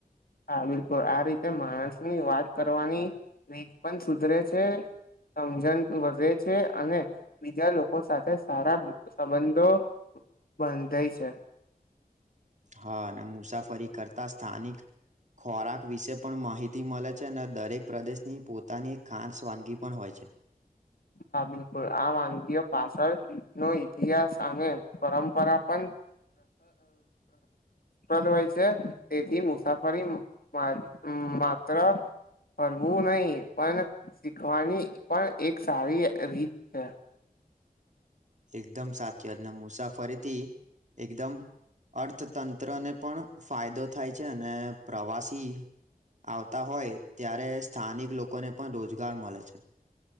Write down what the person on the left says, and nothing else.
હા બિલકુલ આ રીતે માણસની વાત કરવાની રીત પણ સુધરે છે. સમજણ વધે છે, અને બીજા લોકો સાથે સારા સંબંધો બંધંધાય છે.
હા બિલકુલ આ વાનગી પાછળ નો ઈતિહાસ અને પરંપરા પન <unintelligible> હોય છે, તેથી મુસાફરી મા માત્ર ફરવું નહી પણ શીખવાની પણ એ સારી રીત છે.